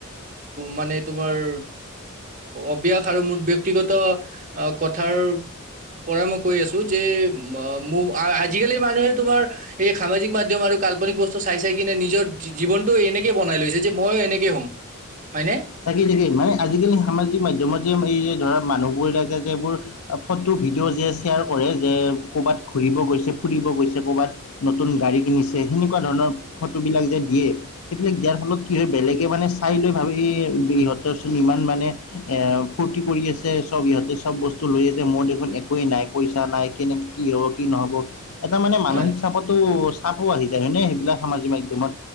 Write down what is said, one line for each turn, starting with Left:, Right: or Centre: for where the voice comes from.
Right: মানে তোমাৰ অভ্যাস আৰু মোৰ ব্যক্তিগত আহ কথাৰ পৰা মই কৈ আছো, যে ম আজিকালি মানুহে তোমাৰ এই সামাজিক মাধ্যম আৰু কাল্পনিক বস্তু চাই চাই কিনে নিজৰ জীৱনটো এনে জে বনাই লৈছে। যে মই এনেকে হ'ম হয়নে?
Left: থাকেই থাকেই, মানে আজিকালি সামাজিক মাধ্যমত যে এই যে ধৰা মানুহবোৰ <unintelligible> যে এইবোৰ ফটো ভিডিঅ' যে শ্বেয়াৰ কৰে যে কৰবাত ঘুৰিব গৈছে ফুৰিব গৈছে নতুন গাড়ী কিনিছে সেনেকুৱা ধৰণৰ ফটোবিলাক যে দিয়ে সেইবিলাক দিয়াৰ ফলত কি হয়, বেলেগে মানে চাই লৈ ভাবে ইহ'তৰচোন ইমান মানে এ ফূৰ্তি কৰি আছে চব ইহঁতে চব বস্তু লৈ আছে মোৰ দেখোন একোৱেই নাই পইচা নাই কেনেকে কি হব কি নহব এটা মানে মানসিক
Right: হয়
Left: চাপতো চাপো আহি যায় হয় নে সেইবিলাক সামাজিক মাধ্যমত?